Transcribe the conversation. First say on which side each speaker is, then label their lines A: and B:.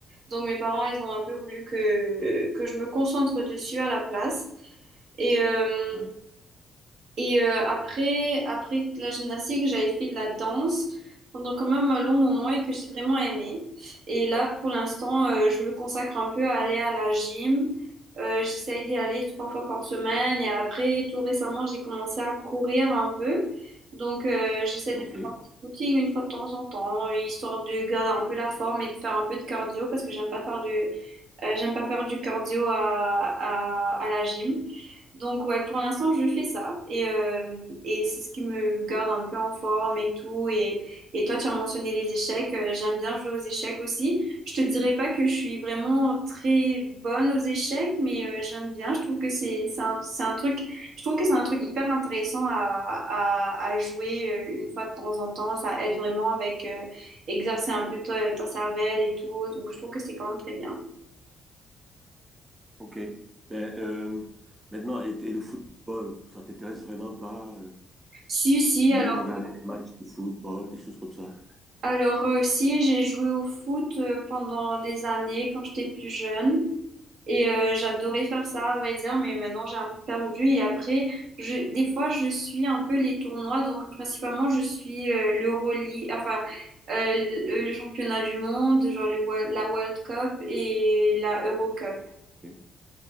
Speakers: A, on the right; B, on the right.
A: donc mes parents ils ont un peu voulu que que je me concentre dessus à la place. Et euh,
B: ouais.
A: et euh, après, après la gymnastique, j'avais fait de la danse pendant quand même un long moment et que j'ai vraiment aimé. Et là, pour l'instant, euh, je me consacre un peu à aller à la gym. Euh, j'essaye d'y aller trois fois par semaine. Et après, tout récemment, j'ai commencé à courir un peu. Donc, euh, j'essaie
B: OK.
A: de faire un petit footing une fois de temps en temps, histoire de garder un peu la forme et de faire un peu de cardio parce que j'aime pas faire de, euh, j'aime pas faire du cardio à, à, à la gym. Donc ouais, pour l'instant, je fais ça et, euh, et c'est ce qui me garde un peu en forme et tout. Et, et toi, tu as mentionné les échecs. Euh, j'aime bien jouer aux échecs aussi. Je te dirais pas que je suis vraiment très bonne aux échecs, mais euh, j'aime bien. Je trouve que c'est c'est un, c'est un truc, je trouve que c'est un truc hyper intéressant à, à, à jouer euh, une fois de temps en temps. Ça aide vraiment avec euh, exercer un peu ton, ton cervelle et tout. Donc je trouve que c'est quand même très bien.
B: Ok. Mais, euh, maintenant, et, et le football, ça t'intéresse vraiment pas, euh,
A: Si, si,
B: même
A: alors,
B: regarder des matchs de football, des choses comme ça?
A: alors euh, si, j'ai joué au foot euh, pendant des années quand j'étais plus jeune et euh, j'adorais faire ça à vrai dire, mais maintenant j'ai un peu perdu et après, je, des fois je suis un peu les tournois, donc principalement je suis euh, l'Euroleague, enfin euh, le, le championnat du monde, genre le, Wo- la World Cup et la Euro Cup.
B: Ok.